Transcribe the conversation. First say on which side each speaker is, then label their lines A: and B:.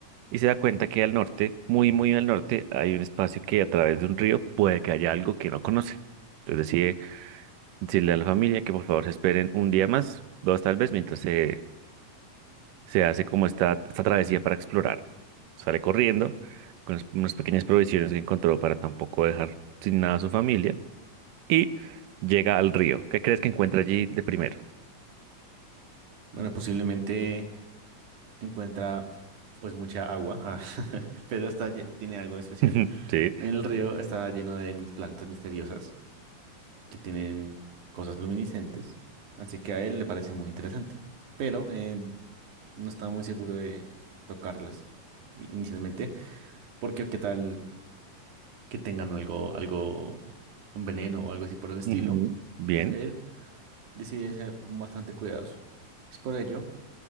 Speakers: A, on the right; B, on the right.
A: y se da cuenta que al norte, muy, muy al norte, hay un espacio que a través de un río puede que haya algo que no conoce. Entonces decide decirle a la familia que por favor se esperen un día más, dos tal vez, mientras se, se hace como esta, esta travesía para explorar. Sale corriendo con unas unas pequeñas provisiones que encontró para tampoco dejar sin nada a su familia y llega al río. ¿Qué crees que encuentra allí de primero?
B: Bueno, posiblemente encuentra pues mucha agua, ah, <laughs> pero está, lle- tiene algo especial.
A: <laughs> Sí.
B: El río está lleno de plantas misteriosas que tienen cosas luminiscentes, así que a él le parece muy interesante, pero eh, no estaba muy seguro de tocarlas i- inicialmente, porque qué tal que tengan algo, algo, un veneno o algo así por el estilo.
A: Ujú. Bien.
B: Entonces él decide ser bastante cuidadoso. Es por ello